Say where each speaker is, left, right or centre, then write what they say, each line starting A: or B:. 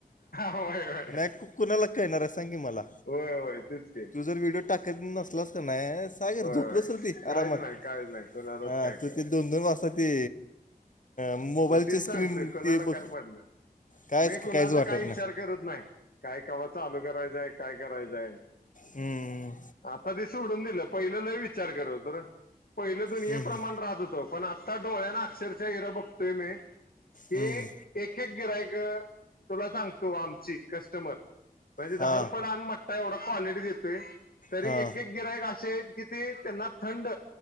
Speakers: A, on the left; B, on the left.
A: होय होय
B: नाही कु कुणाला काळणार आहे सांगी मला
A: होय होय तेच की
B: तू जर व्हिडिओ टाकत नसलास का नाही सागर
A: होय
B: जो
A: होय
B: बसल ते आरामात
A: काहीच नाही काहीच नाही कोणालाच
B: ह
A: काय
B: त
A: कळत
B: ते दोन दोन वाजता ते मोबाईलची
A: वग तेच सांगतोय
B: स्क्रीन
A: कोणाला
B: ते बघ
A: काय पडल
B: कायच
A: मी कुणाचा
B: काहीच वाटत
A: काही विच्चार करत नाही काय कावा चालू करायचंय काय करायचंय
B: हम्म,
A: आता दिस उडून दिलं पहिलं लई वि विचार करत होतोना पहिले दुनिये
B: हम्म, हम्म,
A: प्रमाण राहत होतो पण आत्ता डोळ्या ना अक्षरच्या हिरा बघ ही
B: हम्म.
A: एक एक गिरयक तुला सांगतो. तो आमची कस्टमर म्हणजे दहा
B: हा
A: रुपये लहान म्हट एवढा क्वालिटी देतोय. तरी
B: हा
A: एक एक गिरायक असे आहेत कि त्यांना थंड